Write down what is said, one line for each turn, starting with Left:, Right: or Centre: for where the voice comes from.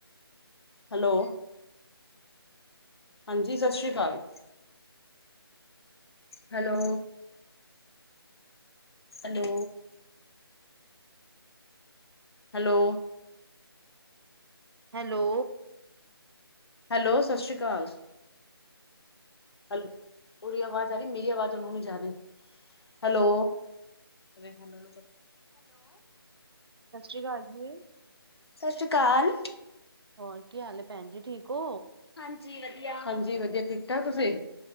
Left: ਹੈਲੋ। ਹਾਂਜੀ, ਸਸਰੀ ਕਾਲ। Hello. Hello. Hello.
Right: Hello.
Left: Hello, ਸਤਿ ਸ਼੍ਰੀ ਕਾਲ। ਹੈਲੋ, ਓਦੀ ਆਵਾਜ਼ ਆ ਰੀ, ਮੇਰੀ ਆਵਾਜ਼ ਓਨੂੰ ਨੀ ਜਾ ਰੀ। Hello, hello.
Right: ਸਾਸਰੀ ਕਾਲ ਜੀ।
Left: ਸਾਸਰੀ ਕਾਲ।
Right: ਹੋਰ ਕੀ ਹਾਲ ਹੈ ਭੈਣ ਜੀ ਠੀਕ ਹੋ?
Left: ਹਾਂਜੀ, ਵਧੀਆ ਹਾਂਜੀ ਵਧੀਆ ਠੀਕ ਠਾਕ ਤੁਸੀਂ।